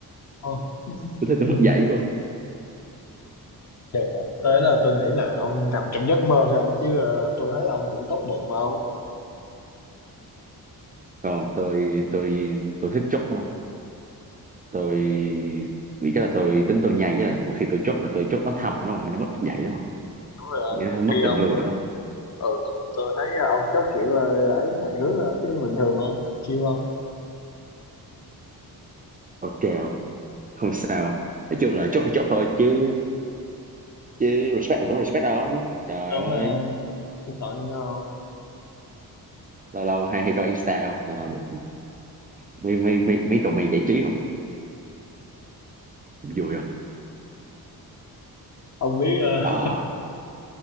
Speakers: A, on the left (about 45°); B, on the right (about 25°).
A: Ờ. Ừ.
B: tôi thấy
A: Ừ.
B: tôi mất dạy quá không
A: Đừng hả? Tới là tôi nghĩ là ông nằm trong giấc mơ thôi ông chứ ờ, tôi thấy ông cũng tốt bụng mà ông.
B: còn tôi tôi tôi thích chốt đúng không tôi vì cái là tôi tính tôi nhây với lại một khi tôi chốt là tôi chốt nó thâm đúng không nó mất dạy đúng không
A: Đúng rồi ông.
B: nó mất
A: Khi
B: tình
A: ông
B: người
A: ờ,
B: đúng không
A: ừ, tôi thấy ông chắc kiểu ờ, ấy hài hước thôi chứ bình thường không? Chiêu không?
B: ok không không sao nói chung là chốt là chốt thôi chứ chứ respect là vẫn respect không trời
A: đúng
B: ơi
A: rồi không chứ còn gì nữa không
B: lâu lâu hay hay cho insta không lâu lâu được mấy mấy mấy mấy cậu mày giải trí không Cũng vui không
A: ông biết
B: ờ
A: ờ,